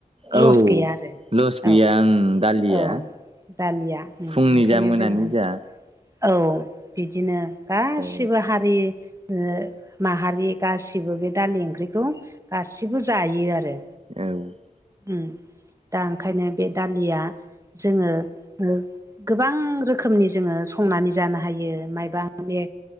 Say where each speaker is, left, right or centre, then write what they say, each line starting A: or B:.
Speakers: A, on the right; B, on the right.
A: औ
B: लस गैया आरो
A: लस गैया
B: औ
A: आं दालिया
B: औ। दालिया उम
A: फुंनि
B: ओंखायनो
A: जा मोनानि
B: जोङो
A: जा
B: औ बिदिनो गासिबो
A: ओ
B: हा रि ओ माहारि गासिबो बे दालि ओंख्रिखौ गासिबो जायो आरो।
A: औ।
B: उम दा ओंखायनो बे दालिया जोङो ओ गोबां रोखोमनि जोङो संनानै जानो हायो मायबा <unintelligible> बे